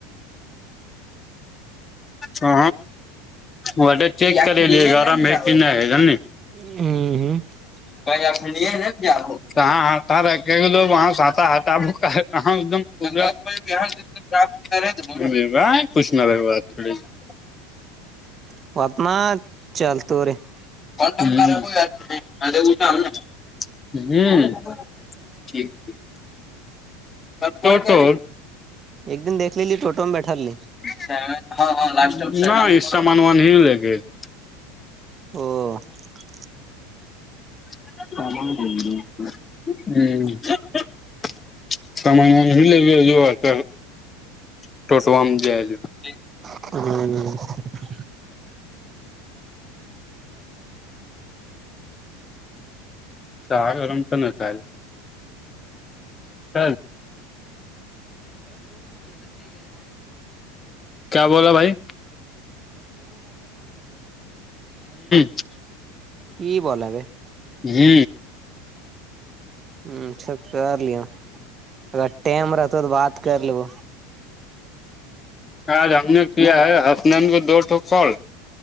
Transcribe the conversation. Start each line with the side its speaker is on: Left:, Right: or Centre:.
Left: ہ ہاںے چیک کرے لیے گارہ م ہے جان
Right: <unintelligible>
Left: <inaudible> <inaudible> <inaudible>
Right: <inaudible>
Left: <inaudible> ہوں ٹھیک ٹھیک <inaudible>
Right: <inaudible>
Left: <inaudible>
Right: او
Left: <inaudible> <inaudible> <inaudible>
Right: <inaudible>
Left: <inaudible> <inaudible> کیا بولا بھائی <inaudible>
Right: <inaudible>
Left: جی
Right: ہوں اچھا کر لیو اگر ٹائم رہتا تو تو بات کر لیبو
Left: آج ہم نے کیا ہے حسنان کو دوٹو کال